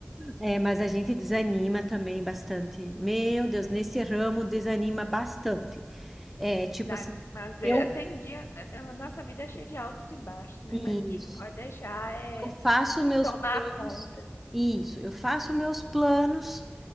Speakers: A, in the centre; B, on the left.
A: É, mas a gente desanima também bastante. Meu Deus, nesse ramo desanima bastante. É, tipo
B: Dá-
A: assim,
B: Mas vê-
A: eu
B: tem dia, né? tem- A nossa vida é cheia de altos e baixos, né?
A: Isso.
B: Mas a gente não pode deixar é,
A: Eu faço meus
B: tomar
A: planos.
B: conta.
A: Isso. Eu faço meus planos